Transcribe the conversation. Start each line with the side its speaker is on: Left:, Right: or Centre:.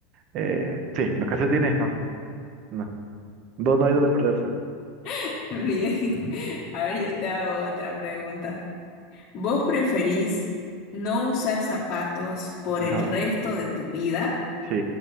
Right: Eh, sí, los calcetines no. No. No, no hay donde perderse.
Left: <laughs> Bien. Mm. A ver, yo te hago otra pregunta. ¿Vos preferís no usar zapatos por
Right: Ajá.
Left: el resto de tu vida
Right: Sí,